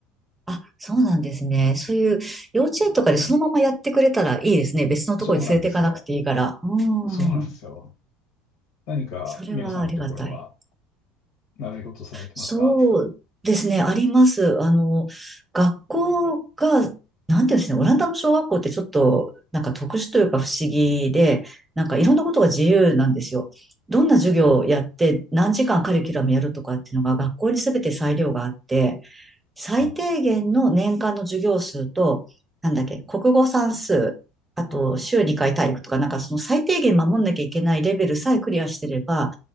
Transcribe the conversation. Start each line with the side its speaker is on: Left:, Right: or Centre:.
Right: あ、そうなんですね。そういう幼稚園とかでそのままやってくれたらいいですね。別のところに連れていかなくていいから。
Left: そうなんですよ。
Right: う
Left: そうなんですよ。
Right: ん。
Left: 何か、
Right: それはありがたい。
Left: みおさんのところは、習い事されてますか
Right: そうですね。あります。あの、学校が、なんていうんですね。オランダの小学校ってちょっと、なんか特殊というか不思議で、なんかいろんなことが自由なんですよ。
Left: はい。
Right: どんな授業をやって、
Left: おー
Right: 何時間カリキュラムやるとかっていうのが学校に全て裁量があって、最低限の年間の授業数と、
Left: あ
Right: なんだっけ、国語算数、あと週2回体育とか、
Left: は
Right: なんかその最低限守んなきゃいけないレベルさえクリアしてれば、